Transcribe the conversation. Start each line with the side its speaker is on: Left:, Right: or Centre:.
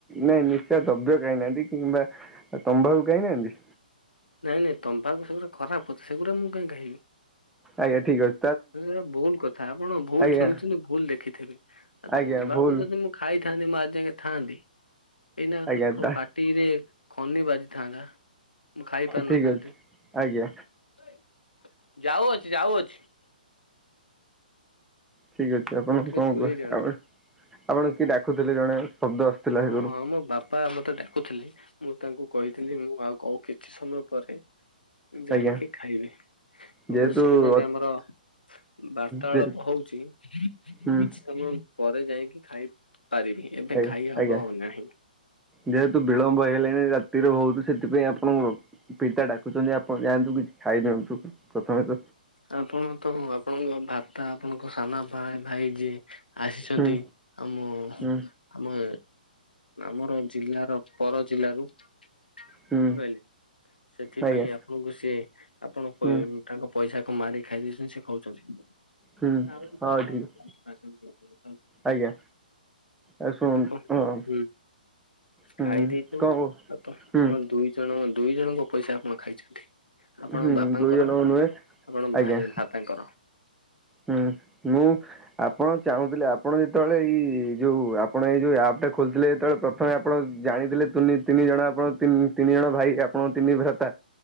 Centre: ନାଇଁ ନେଶଦ୍ ଦ୍ରବ୍ୟ କାହିଁନାହାନ୍ତି କିମ୍ବା ଆଉ ତମ୍ବାଖୁ ଖାଇ ନାହାନ୍ତି?
Left: ନାଇଁ ନାଇଁ ତମ୍ବାଖୁ ସବୁଠୁ ଖରାପ ସେଗୁଡ଼ା ମୁଁ କାଇ ଖାଇବି।
Centre: ଆଜ୍ଞା ଠିକ୍ ଅ
Left: ଏ ଭୁଲ କଥା ଆପଣ ଭୁଲ
Centre: ଆଜ୍ଞା
Left: ଶୁଣିଛନ୍ତି ଭୁଲ ଦେଖିଥିବେ ଆଉ
Centre: ଆଜ୍ଞା
Left: ତମ୍ବାଖୁ
Centre: ଭୁଲ
Left: ଯଦି ମୁଁ ଖାଇ ଥାନ୍ତି ମୁଁ ଆଜ ଯାଏ ଥାଆନ୍ତି ଏଇନା
Centre: ଆଜ୍ଞା
Left: ମୋ
Centre: ତା
Left: ପାଟିରେ ଖନି ବାଜିଥାନ୍ତା। ମୁଁ ଖାଇ ପାରିନଥାନ୍ତି।
Centre: ଠିକ ଅଛି। ଆଜ୍ଞା
Left: <inaudible> ଯାଉଅଛି ଯାଉଅଛି। <inaudible>
Centre: ଠିକ ଅଛି ଆପଣ
Left: ଟିକେ
Centre: କ
Left: ଦୂରେଇ
Centre: କୁହେ
Left: ଯାଆନ୍ତୁ।
Centre: ଆପ ଆପଣ କିଏ ଡାକୁଥିଲେ ଜଣେ? ଶବ୍ଦ ଆସୁଥିଲା ସେପଟୁ
Left: ହଁ ହଁ ମୋ ବାପା ମତେ ଡାକୁଥିଲି ମୁଁ ତାଙ୍କୁ କହିଥିଲି ମୁଁ ଆଉ କଉ କିଛି ସମୟ ପରେ ମୁଁ ଯାଇକି
Centre: ଆଜ୍ଞା
Left: ଖାଇବି ଆମ
Centre: ଯେହେତୁ
Left: ସେଇନା
Centre: ହୁଁ
Left: ଦିନ ଆମର ବାର୍ତାଳାପ
Centre: ଯେ
Left: ହଉଛି କିଛି
Centre: ହୁଁ
Left: ସମୟ ପରେ ଯାଇକି ଖାଇ ପାରିବି ଏବେ
Centre: ଆଜ୍ଞା
Left: ଖାଇ ହବ
Centre: ଆଜ୍ଞା।
Left: ନାହିଁ।
Centre: ଯେହେତୁ ବିଳମ୍ବ ହେଲେଣି ରାତିରୁ ବହୁତୁ ସେଥିପାଇଁ ଆପଣଙ୍କ ପିତା ଡାକୁଛନ୍ତି ଆପଣ ଯାଆନ୍ତୁ କିଛି ଖାଇଦିଅନ୍ତୁ। ପ୍ରଥମେ ତ
Left: ଆପଣ ତ ଆପଣଙ୍କ ଭ୍ରାତା ଆପଣଙ୍କ ସାନ ଭାଇ ଭାଇଜୀ। ଆସିଛନ୍ତି
Centre: ହୁଁ
Left: ଆଉ ମୁ
Centre: ହୁଁ
Left: ଆମେ ଆମର ଜିଲ୍ଲାର ପର ଜିଲ୍ଲାରୁ।
Centre: ହୁଁ
Left: ବୁଝିପାରିଲେ ସେଥିପାଇଁ
Centre: ଆଜ୍ଞା
Left: ଆପଣଙ୍କୁ ସିଏ ଆପଣ କ
Centre: ହୁଁ
Left: ତାଙ୍କ ପଇସା କୁ ମାରି ଖାଇଦେଇଛନ୍ତି ସେ କହୁଛନ୍ତି କଥା
Centre: ହୁଁ
Left: ହଉଛି
Centre: ହଉ
Left: କଥା
Centre: ଠିକ୍
Left: ହଉଛି, <unintelligible>
Centre: ଆଜ୍ଞା ଅ ଶୁଣନ୍ତୁ
Left: ଆପଣ
Centre: ହଁ,
Left: ହୁଁ
Centre: ହୁଁ
Left: ଖାଇ ଦେଇଛନ୍ତି
Centre: କଣ କହୁ
Left: ଆଉ ତ
Centre: ହୁଁ
Left: ତମ ଦୁଇ ଜଣ ଦୁଇ ଜଣଙ୍କ ପଇସା ଆପଣ ଖାଇଛନ୍ତି। ଆପଣ
Centre: ହୁଁ
Left: ବାପାଙ୍କର
Centre: ଦୁଇ ଜଣଙ୍କ ନୁହେଁ
Left: ଆପଣ
Centre: ଆଜ୍ଞା
Left: ଭାଇ ଭ୍ରାତାଙ୍କର।
Centre: ହୁଁ ମୁଁ ଆପଣ ଚାହୁଁଥିଲେ ଆପଣ ଯେତେବେଳେ ଏଇ ଯୋଉ ଆପଣ ଏଇ ଯୋଉ ଆପ ସେ ଖୋଲିଥିଲେ ଯେତେବେଳେ ପ୍ରଥମେ ଆପଣ ଜାଣିଥିଲେ ତୁନି ତିନି ଜଣ ଆପଣ ତିନ ତିନି ଜଣ ଭାଇ ଆପଣଙ୍କ ତିନି ଭ୍ରାତା।